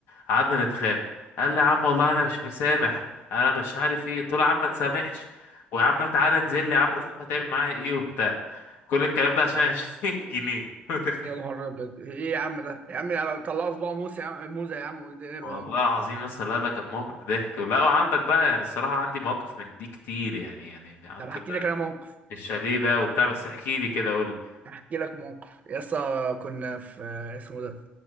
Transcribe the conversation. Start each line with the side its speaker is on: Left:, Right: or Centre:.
Left: قعدنا نتخانق قال لي يا عم والله انا مش مسامح انا مش عارف ايه قلت له يا عم ما تسامحش ويا عم تعالى انزل لي يا عم شوف هتعمل معايا ايه وبتاع كل الكلام ده عشان
Right: آه.
Left: 20 جنيه <laughs> متخيل؟
Right: يا نهار ابيض ايه يا عم ده يا عم على- طلع صباع موسى يا عم موزه يا عم واديها له
Left: والله
Right: يا عم
Left: العظيم بس لا لا كان موقف ضحك ولا وعندك بقى يعني الصراحة عندي مواقف من دي كتير يعني يعني عندك
Right: طب هحكي لك انا موقف
Left: الشاليه بقى وبتاع بس احكي لي كده قول
Right: احكي لك موقف يا اسطى كنا في اسمه ده